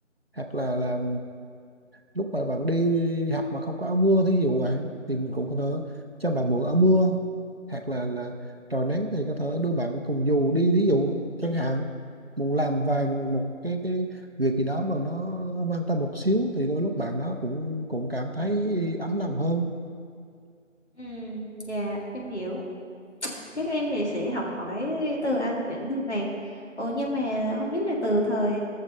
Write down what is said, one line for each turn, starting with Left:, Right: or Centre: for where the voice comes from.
Right: hoặc là là lúc mà bạn đi học mà không có áo mưa thí dụ vậy thì mình cũng có thể cho bạn mượn áo mưa hoặc là là trời nắng thì có thể đưa bạn cùng dù đi thí dụ chẳng hạn muốn làm vài một cái cái việc gì đó mà nó mang tâm một xíu thì đôi lúc bạn nó cũng cũng cảm thấy ấm lòng hơn
Left: ừ dạ em hiểu chắc em thì sẽ học hỏi từ anh những điều này ủa nhưng mà không biết là từ thời